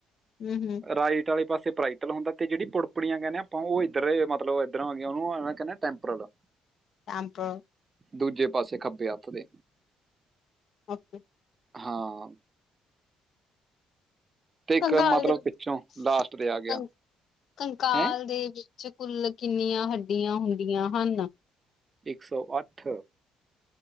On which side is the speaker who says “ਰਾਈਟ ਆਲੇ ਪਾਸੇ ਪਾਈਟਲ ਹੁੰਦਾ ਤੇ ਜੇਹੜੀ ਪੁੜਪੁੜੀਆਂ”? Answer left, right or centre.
Right